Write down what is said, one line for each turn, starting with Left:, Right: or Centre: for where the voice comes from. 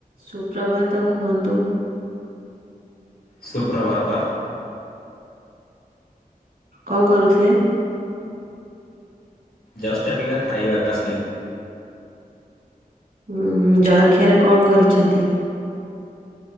Right: ସୁପ୍ରଭାତ କୁହନ୍ତୁ।
Left: ସୁପ୍ରଭାତ।
Right: କଣ କରୁଥିଲେ?
Left: ଜଷ୍ଟ ଅବିକା ଖାଇବାକୁ ଆସିଲି।
Right: ଉଁ ହୁଁ ଜଳଖିଆରେ କଣ କରିଛନ୍ତି?